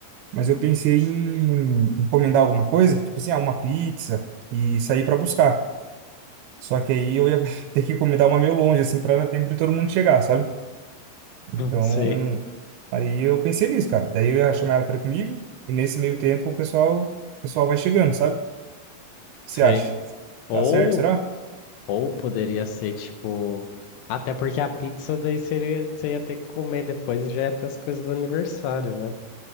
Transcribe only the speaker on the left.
Sei,
sei.
Ou,
ou poderia ser, tipo. Até porque a pizza daí seria, você ia ter que comer depois e já ia ter as coisas do aniversário, né?